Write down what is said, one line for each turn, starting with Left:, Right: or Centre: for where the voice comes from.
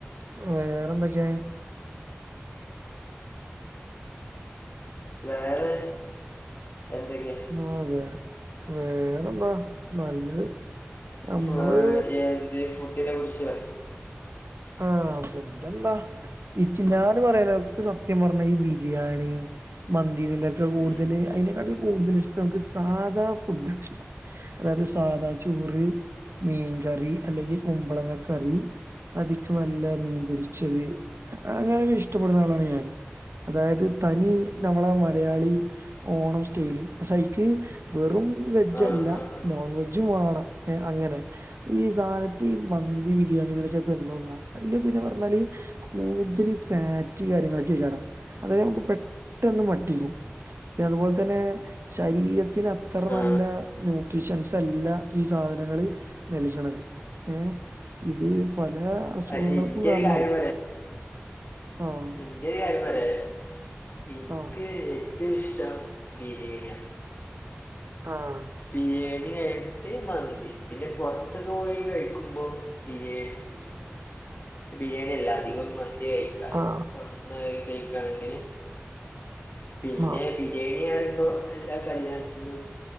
Right: വേറെന്തൊക്കെയാ
Left: വേറെ എന്തെക്കെയ
Right: ആഹ് അതെ വേറെന്താ നല്ലത് നമ്മള്
Left: ഫു- എന്ത് <unintelligible>
Right: ആഹ് ഫുഡ്‌ എന്താ <unintelligible> പറയാൻ അവർക്ക് സത്യം പറഞ്ഞാ ഈ ബിരിയാണി മന്തി ഇതിന്റെ <unintelligible> കൂടുതല്
Left: ഉം.
Right: അതിനെ ക്കാട്ടില് കൂടുതല് ഇഷ്ടം നമുക്ക് സാധാ ഫുഡാണ് ഇഷ്ടം അതായത് സാദാ ചോറ് മീൻകറി അല്ലെങ്കിൽ കുമ്പളങ്ങ കറി അതിക്ക് നല്ല മീൻ പൊരിച്ചത്. അങ്ങനെക്കെ ഇഷ്ടപ്പെടുന്ന ആളാണ് ഞാൻ അതായത് തനി നമ്മള മലയാളി ഓണം സ്റ്റൈല് പക്ഷെ അയിക്ക് വെറും വെജ്ജല്ല
Left: ആ ആ ആ
Right: നോൺ വെജും വേണം ഏഹ് അങ്ങനെ ഈ സാധന ഇപ്പൊ ഈ മന്തി ബിരിയാണി <unintelligible> <unintelligible> അയില് പിന്നെ പറഞ്ഞാല് കൂടുതല് ഫാറ്റ് കാര്യങ്ങളൊക്കെയാ കാരണം അത് നമുക്ക് പെട്ടന്ന് മട്ടിക്കും. <unintelligible> അതുപോലെ തന്നെ ശരീരത്തിന് അത്ര
Left: ആ
Right: നല്ല ന്യൂട്രിഷ്യൻസ് അല്ല ഈ സാധനങ്ങള് <unintelligible> ഏഹ് ഇത് പല അസുഖങ്ങൾക്കും
Left: പക്ഷെ ഇന്റെ
Right: കാരണാവും
Left: ഒരു കാര്യം
Right: ആഹ്
Left: എനിക്കൊരു കാര്യം <unintelligible> എനിക്ക്
Right: ആ
Left: ഏറ്റവും ഇഷ്ടം ബിരിയാണിയാണ്.
Right: ആഹ്
Left: ബിരിയാണി കഴിഞ്ഞിട്ട് മന്തി. പിന്നെ പൊറത്തൊക്കെ പോയി കഴിക്കുമ്പോ ബിരിയാണി ഉം ബിരിയാണി അല്ല അധികം മന്തി കഴിക്കാ
Right: ആ
Left: പൊറത്തുന്ന് <unintelligible> കഴിക്കാണെങ്കില് പിന്നെ
Right: ആ
Left: ബിരിയാണി കാണുമ്പോ എല്ലാ കല്യാണത്തിനും